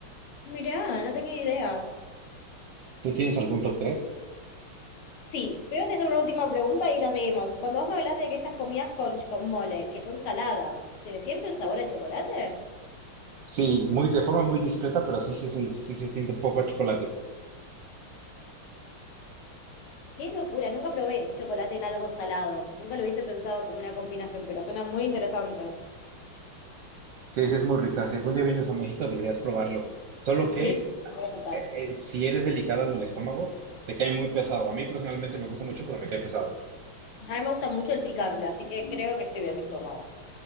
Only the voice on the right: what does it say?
¿Tú tienes algún top tres
Sí, muy de forma muy discreta, pero sí, sí, se le- sí se siente un poco a chocolate.
Sí, sí, es muy rica. Si algún día vienes a México, deberías probarlo. Solo
que eh,
eh, si eres delicada del estómago, te cae muy pesado. A mí personalmente me gusta mucho, pero me cae pesado.